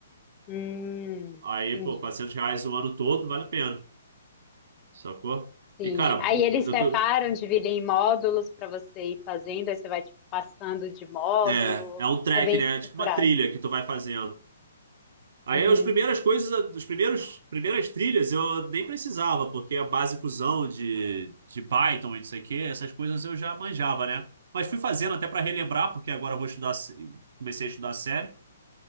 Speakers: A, on the left; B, on the right.
A: Hum,
B: Aí,
A: entendi.
B: pô, 400 reais o ano todo vale a pena, sacou?
A: Sim.
B: E, cara,
A: Aí
B: bu-
A: eles
B: eu
A: separam,
B: tô.
A: dividem em módulos para você ir fazendo, aí você vai tipo, passando de módulo.
B: É, é um trek,
A: É bem
B: né?
A: estruturado.
B: É Tipo uma trilha que tu vai fazendo. Aí
A: Uhum.
B: as primeiras coisas, as primeiros, primeiras trilhas eu nem precisava, porque é basicozão de, de Python e não sei o quê, essas coisas eu já manjava, né? Mas fui fazendo até para relembrar, porque agora eu vou estudar, sé- comecei a estudar sério.